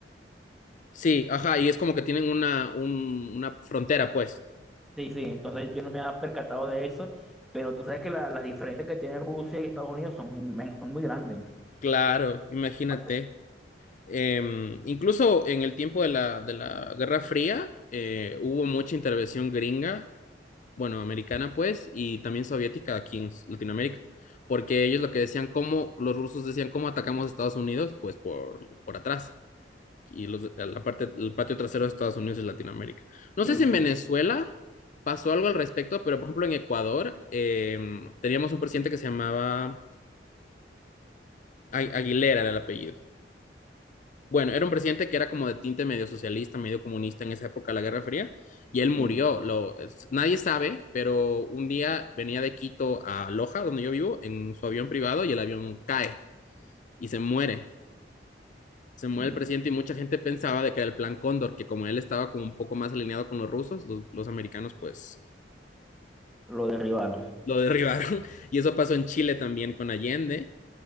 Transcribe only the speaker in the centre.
Sí, sí. Entonces yo no me había percatado de eso, pero tú sabes que la- las diferencias que tiene Rusia y Estados Unidos son inmensas, son muy grandes.
Países.
Sí,
sí.
Sí,
mm,
lo derribaron.